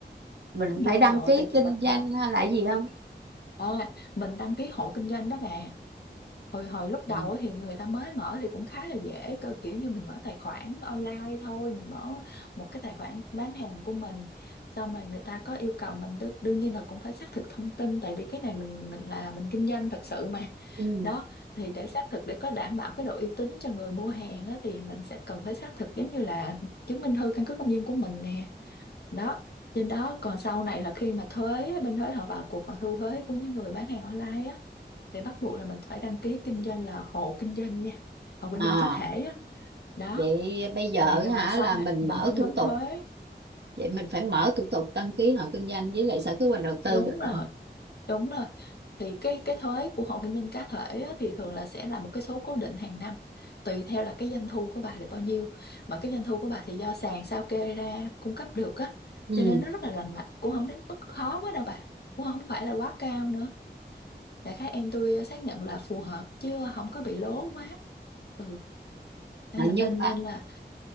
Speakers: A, on the right; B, on the left.
A: mình
B: tất nhiên
A: phải đăng
B: rồi
A: ký
B: tại vì
A: kinh
B: mình
A: doanh hay là gì không
B: à, mình đăng ký hộ kinh doanh đó bà hồi hồi lúc
A: Ừ.
B: đầu á thì người ta mới mở thì cũng khá là dễ cơ kiểu như mình mở tài khoản online thôi mình mở một cái tài khoản bán hàng của mình xong rồi người ta có yêu cầu mình đương, đương nhiên là cũng phải xác thực thông tin tại vì cái này mình mình là mình kinh doanh thật sự mà
A: ừ.
B: đó thì để xác thực để có đảm bảo cái độ uy tín cho người mua hàng á, thì mình sẽ cần phải xác thực giống như là chứng minh thư căn cước công dân của mình nè đó trên đó còn sau này là khi mà thuế bên thuế họ vào cuộc họ thu thuế của những người bán hàng online á thì bắt buộc là mình phải đăng ký kinh doanh là hộ kinh doanh nha hộ kinh
A: à
B: doanh cá thể á đó
A: vậy bây giờ
B: thì
A: hả
B: ờ, xong
A: là mình
B: ha- mình
A: mở
B: vẫn
A: thủ
B: đóng
A: tục
B: thuế
A: vậy mình phải mở thủ tục đăng ký hộ kinh doanh với lại sở kế hoạch đầu tư
B: đúng
A: rồi.
B: rồi đúng rồi thì cái cái thuế của hộ kinh doanh cá thể á, thì thường là sẽ là một cái số cố định hàng năm tùy theo là cái doanh thu của bà được bao nhiêu mà cái doanh thu của bà thì do sàn sao kê ra cung cấp được á
A: ừ.
B: cho nên nó rất là rành mạch cũng không đến mức khó quá đâu bà cũng không phải là quá cao nữa đại khái em tôi ờ, xác nhận là phù hợp chứ không có bị lố quá ừ Nên
A: à,
B: mình
A: nhưng
B: nên
A: mà
B: nên là